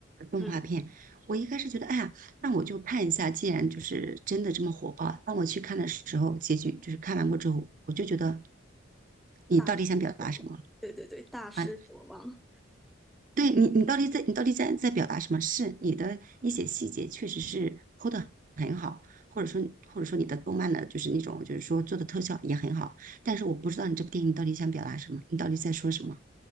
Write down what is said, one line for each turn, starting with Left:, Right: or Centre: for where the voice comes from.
Right: 动画片，
Centre: 嗯，
Right: 我一开始觉得，哎呀，那我就看一下。既然就是真的这么火爆，当我去看的时候，结局就是看完过之后，我就觉得你到底想表达什么
Centre: 大失所望，对对对，大失所望。
Right: 啊？对你，你到底在你到底在在表达什么？是你的一些细节确实是抠的很好，或者说或者说你的动漫的就是那种就是说做的特效也很好，但是我不知道你这部电影到底想表达什么，你到底在说什么？